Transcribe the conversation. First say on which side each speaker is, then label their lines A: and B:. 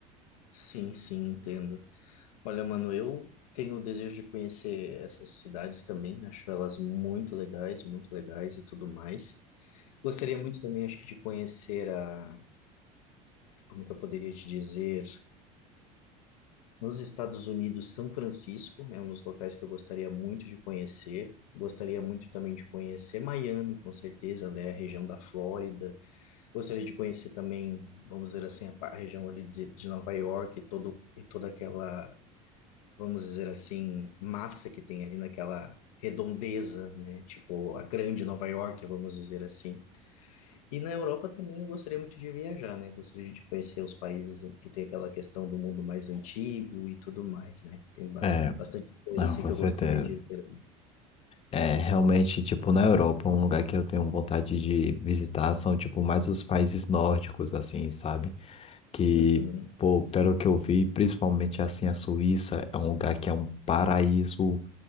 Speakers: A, on the left; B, on the left.
A: Sim, sim, entendo. Olha, mano, eu tenho o desejo de conhecer essas cidades também, acho elas muito legais, muito legais e tudo mais. Gostaria muito também, acho que, de conhecer a, como que eu poderia te dizer? Nos Estados Unidos, São Francisco é um dos locais que eu gostaria muito de conhecer. Gostaria muito também de conhecer Miami, com certeza, né? A região da Flórida. Gostaria de conhecer também, vamos dizer assim, a pa- a região ali de, de Nova York e, todo, e toda aquela, vamos dizer assim, massa que tem ali naquela redondeza, né? Tipo, a grande Nova York, vamos dizer assim. E na Europa também eu gostaria muito de viajar, né? Gostaria de conhecer os países que tem aquela questão do mundo mais antigo e tudo mais, né? Tem bas-
B: É,
A: bastante coisa
B: não,
A: assim
B: com
A: que eu
B: certeza.
A: gostaria de ver.
B: É, realmente, tipo, na Europa, um lugar que eu tenho vontade de visitar são, tipo, mais os países nórdicos, assim, sabe? Que,
A: Uhum,
B: pô, pelo que eu vi, principalmente, assim, a Suíça é um lugar que é um paraíso